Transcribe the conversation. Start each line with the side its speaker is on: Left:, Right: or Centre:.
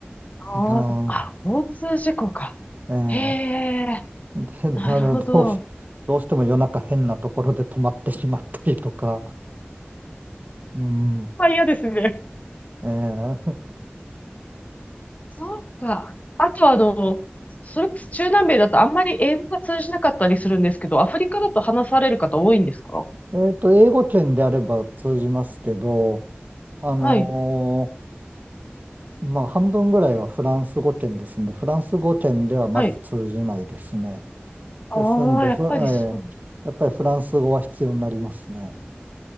Left: あー、
Right: うん、
Left: あ交通事故か。
Right: え
Left: へえ、
Right: え、で、
Left: なるほど。
Right: あの、どうし、どうしても夜中変なところで止まってしまったりとか、うん、
Left: まあ嫌ですね。
Right: ええ、
Left: そうか。あとあの、それこそ中南米だとあんまり英語が通じなかったりするんですけど、アフリカだと話される方多いんですか
Right: えっと、英語圏であれば通じますけど、あのー
Left: はい、
Right: まあ、半分ぐらいはフランス語圏ですんで、フランス語圏ではまず通じないですね。
Left: はい。ああ、
Right: ですんで、
Left: やっぱりそう。
Right: フラえーやっぱりフランス語は必要になりますね。